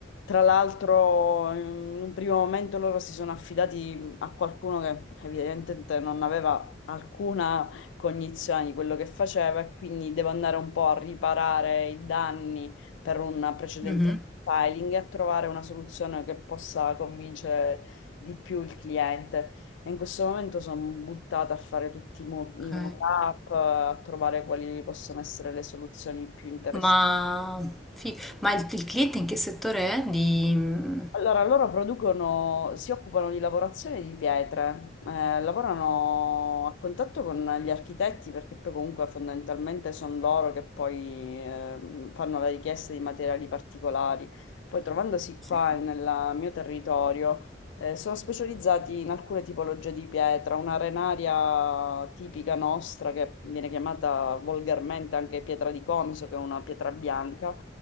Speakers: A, on the left (about 80°); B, in the centre.
A: Tra l'altro, in un primo momento loro si sono affidati a qualcuno che evidentemente non aveva alcuna cognizione di quello che faceva e quindi devo andare un po' a riparare i danni per un precedente
B: Mhm.
A: filing e a trovare una soluzione che possa convincere di più il cliente. E in questo momento sono buttata a fare tutti i mo- i
B: Ok.
A: mock-up, a trovare quali possono essere le soluzioni più interessanti
B: Ma, fi- ma il, il cliente in che settore è? Di... mm,
A: Allora, loro producono, si occupano di lavorazione di pietre, eh, lavorano a contatto con gli architetti perché poi comunque fondamentalmente sono loro che poi eh, fanno la richiesta di materiali particolari. Poi trovandosi
B: sì.
A: qua nel mio territorio, eh, sono specializzati in alcune tipologie di pietra, una arenaria tipica nostra che viene chiamata volgarmente anche pietra di Comiso, che è una pietra bianca